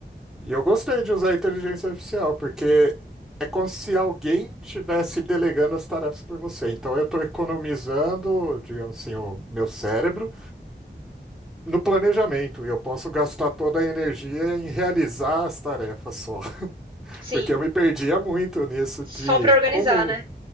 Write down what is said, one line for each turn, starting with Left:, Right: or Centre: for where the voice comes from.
Centre: E eu gostei de usar a inteligência artificial, porque é como se alguém tivesse delegando as tarefas por você. Então eu estou economizando, digamos assim, o meu cérebro no planejamento. E eu posso gastar toda a energia em realizar as tarefas só. <laughs>
Right: Sim,
Centre: Porque eu me perdia muito nisso
Right: só
Centre: de
Right: para organizar,
Centre: como
Right: né?